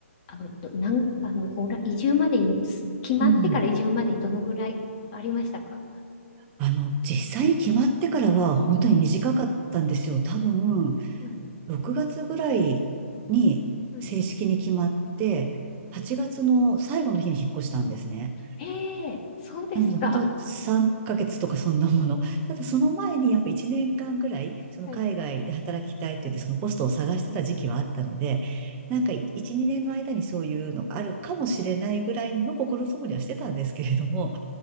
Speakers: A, on the left (about 35°); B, on the right (about 20°).
A: あの、どなん、あの、おら移住までに、す決まってから移住までにどのぐらいありましたか
B: うん。あの、実際に決まってからは本当に短かったんですよ。
A: はい
B: 多分、
A: はい
B: 6月ぐらいに正式に決まって、
A: はい
B: 8月の最後の日に引っ越したんですね。
A: ええそうですか。
B: なので、本当3ヶ月とかそんなもの。ただその前にやっぱ1年間ぐらい、その海外で働きたいって言って、
A: はい、
B: そのポストを探してた時期はあったので、なんか1、2年の間にそういうのがあるかもしれないぐらいの心づもりはしてたんですけれども、